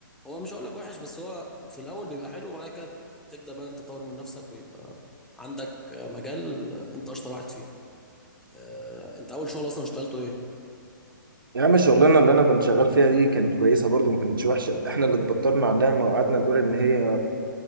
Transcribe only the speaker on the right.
يا عم الشغلانة اللي أنا كنت شغال فيها دي كانت كويسة برضو ما كانتش وحشة إحنا اللي اتبطرنا على النعمة وقعدنا نقول إن هي